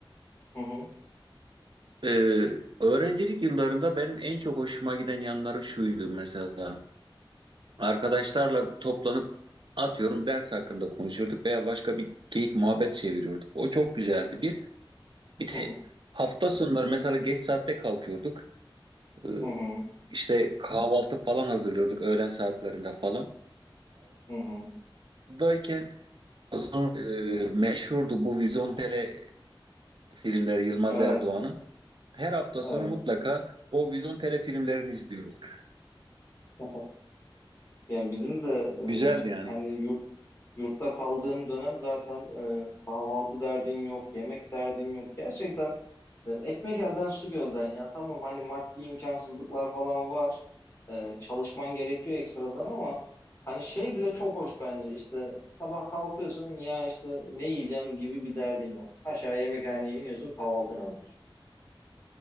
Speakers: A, on the left; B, on the right.
A: hı hı.
B: e, öğrencilik yıllarımda benim en çok hoşuma giden yanları şuydu mesela. Arkadaşlarla toplanıp atıyorum ders hakkında konuşurduk veya başka bir geyik muhabbet çeviriyorduk. O çok güzeldi. Bir Bir de
A: <laughs>
B: hafta sonları mesela geç saatte kalkıyorduk. Ee,
A: Hı hı. Hı hı.
B: işte kahvaltı falan hazırlıyorduk öğlen saatlerinde falan.
A: Hı hı.
B: Kahvaltıdayken o zaman e, meşhurdu bu Vizontele filmleri Yılmaz
A: Evet.
B: Erdoğan'ın. Her hafta
A: Evet.
B: sonu mutlaka o Vizontele filmlerini izliyorduk.
A: <laughs> Ya bizim de
B: Güzeldi
A: e,
B: yani.
A: hani yur- Yurtta kaldığım dönem zaten e, kahvaltı derdin yok, yemek derdin yok. Gerçekten e, ekmek elden su gölden ya. Tamam hani maddi imkansızlıklar falan var. E, çalışman gerekiyor ekstradan ama hani şey bile çok hoş bence. İşte sabah kalkıyorsun ya işte ne yiyeceğim gibi bir derdin yok. Aşağı yemekhaneye iniyorsun kahvaltın hazır.